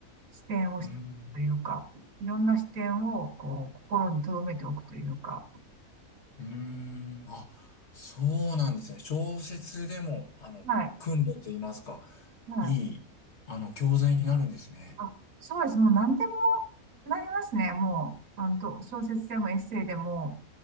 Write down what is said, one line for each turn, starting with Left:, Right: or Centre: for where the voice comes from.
Right: 視点をしというか、
Left: うん
Right: いろんな視点をこう心に留めておくというか、
Left: うーん。あ、そうなんですね。小説でも、あの、
Right: はい。
Left: 訓練と言いますか、
Right: はい
Left: いい、あの、教材になるんですね。
Right: あ、そうです。もう何でもなりますね。もう、あの、と小説でもエッセイでも、